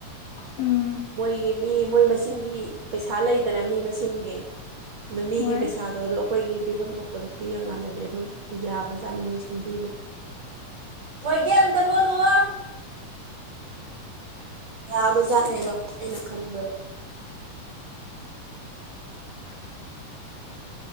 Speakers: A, on the left (about 75°); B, on the right (about 80°).
A: ꯎꯝ
B: ꯃꯣꯏꯒꯤ ꯃꯤ ꯃꯣꯏ ꯃꯁꯤꯡꯒꯤ ꯄꯩꯁꯥ ꯂꯩꯗꯅ ꯃꯤ ꯃꯁꯤꯡꯒꯤ ꯑꯣ ꯃꯤꯒꯤ
A: ꯍꯣꯏ
B: ꯄꯩꯁꯥꯗꯣ ꯑꯗꯣ ꯑꯩꯈꯣꯏꯒꯤ ꯄꯤꯐꯝ ꯊꯣꯛꯄꯗꯣ ꯄꯤꯔꯀꯥꯟꯗꯗꯤ ꯑꯗꯨꯝ ꯌꯥꯕꯖꯥꯠ ꯃꯣꯏ ꯁꯤꯟꯕꯤꯕꯁꯦ ꯊꯣꯏꯒꯦ ꯑꯝꯇ ꯂꯣꯜꯂꯨꯑꯣ ꯌꯥꯕꯖꯥꯠꯅꯦꯔꯣ ꯑꯩꯅ ꯈꯟꯕꯗꯣ
A: <unintelligible>